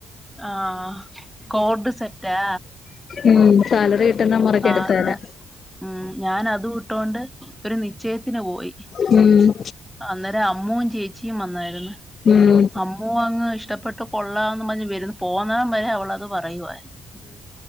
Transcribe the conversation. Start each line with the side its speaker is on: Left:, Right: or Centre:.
Centre: ആഹ് കോഡ് സെറ്റാ
Left: ഉം സാലറി കിട്ടുന്ന മുറക്ക്
Centre: ആഹ്
Left: എടുത്ത് തരാം
Centre: ഞാൻ ഉം ഞാനതു വിട്ടോണ്ട് ഒരു നിശ്ചയത്തിന് പോയി.
Left: ഉം
Centre: അന്നേരം അമ്മൂ ചേച്ചിയും വന്നാര്ന്നു
Left: ഉം
Centre: അമ്മൂ അങ്ങ് ഇഷ്ടപ്പെട്ട് കൊള്ളാന്നും പറഞ്ഞ് വിരുന്ന് പോന്നാം വരെ അവളത് പറയുവായിരുന്നു